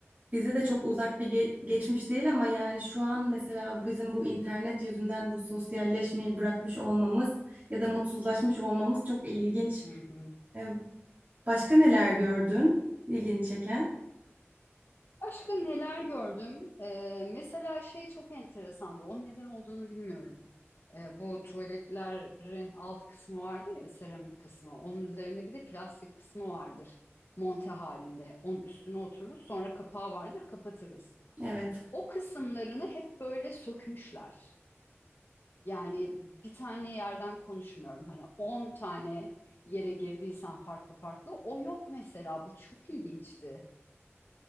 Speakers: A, on the right; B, on the left.
A: bize de çok uzak bir ge- geçmiş değil ama yani şu an mesela bizim bu internet yüzünden bu sosyalleşmeyi bırakmış olmamız ya da mutsuzlaşmış olmamız çok ilginç.
B: Hı hı.
A: E, başka neler gördün? İlgini çeken.
B: Başka neler gördüm? Ee, mesela şey çok enteresandı. Onun neden olduğunu bilmiyorum. E, bu tuvaletlerin alt kısmı vardır ya seramik kısmı. Onun üzerinde bir de plastik kısmı vardır. Monte halinde. Onun üstüne otururuz. Sonra kapağı vardır. Kapatırız.
A: Evet.
B: O kısımlarını hep böyle sökmüşler. Yani bir tane yerden konuşmuyorum. Hani 10 tane yere girdiysen farklı farklı. O yok mesela. Bu çok ilginçti.